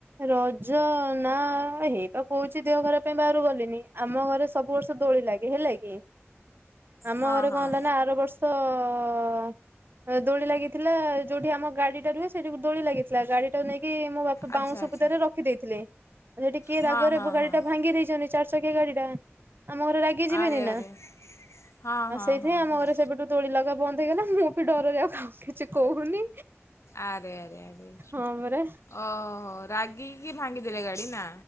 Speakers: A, on the right; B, on the left.
A: ରଜ ନା ହେଇ ତ କହୁଛି ଦେହ ଘର ପାଇଁ ବାହହାରାରୁ ଗଲିଣିି ଆମ ଘରେ ସବୁ ବର୍ଷ ଦୋଳି ଲାଗେ ହେଲା କି ଆମ
B: ହଁ
A: ଘରେ
B: ହଁ
A: କଣ ହେଲା ନା ଆର ବର୍ଷ ଓ ଦୋଳି ଲାଗିଥିଲା ଯୋଉଠି ଆମ ଗାଡିଟା ରୁହେ ସେଠି ଦୋଳି ଲାଗିଥିଲା ଗାଡି ଟା ନେଇକି କି ମୋ ବାପା
B: ଆଚ୍ଛା
A: ବାଉଁଶ ସୁବୁତାରେ
B: ଆଚ୍ଛା
A: ରଖିଦେଇଥିଲେ ଆ ଟିକିଏ
B: ହଁ
A: ରାଗରେ
B: ହଁ
A: ଗାଡି
B: ହଁ
A: ଟା ଭାଙ୍ଗି ଦେଇଛନ୍ତି ଚ କେ ଗାଡ଼ିଟା ଆମ ଘରେ ରାଗି ଯିବେନି
B: ଆରେ
A: ନା
B: ଆରେ ହଁ
A: ଆଉ
B: ହଁ
A: ସେଇଥିପାଇଁ
B: ହଁ
A: ଆମ
B: ହଁ
A: ଘରେ ସେବେଠୁ ତୋଳି ଲଗା ବନ୍ଦ ହେଇଗଲା ମୁଁ ବି ଡରରେ ଆଉ କିଛି କହୁନି
B: ଆରେ ଆରେ ଆରେ
A: ହଁ ପରା
B: ଓ ରାଗ କିି ଭାଙ୍ଗିଦେଲେ ଗାଡି ନା।